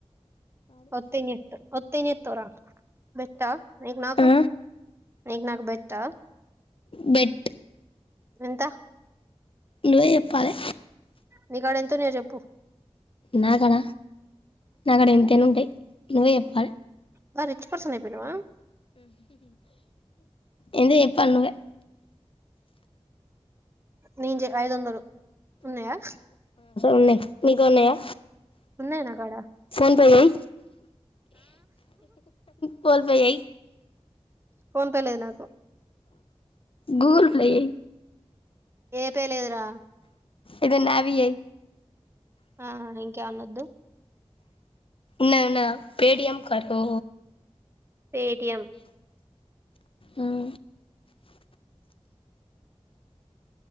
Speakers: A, on the right; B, on the left.
A: వత్తయ్ ఎం జెత్తవ్ వత్తే ఎం జెత్తవు రా బెట్టా నీకు నాకు
B: ఆ
A: నీకు నాకు బెట్టా
B: బెట్
A: ఎంత
B: నువ్వే చెప్పాలే
A: నీ కాడ ఎంతున్నాయో చెప్పు
B: నా కడ నాకడ ఎంతైన ఉంటాయి నువ్వే చెప్పు
A: బా రిచ్ పర్సనయిపోయినవా
B: ఎంతో చెప్పాల నువ్వే
A: నేను ఐదు వందలు ఉన్నాయా
B: ఉన్నాయ్ నీతో ఉన్నాయా
A: ఉన్నాయ్ నా కాడ
B: ఫోన్ పే చేయి ఫోన్ పే చెయ్
A: ఫోన్ పే లేదు నాకు
B: గూగుల్ ప్లే చెయ్
A: ఏ పే లేదురా
B: ఇది న్యావీ వై
A: ఆ ఇంకే అన్నద్దు
B: నానా పే టీఎం కరో
A: పేటిఎం
B: ఉం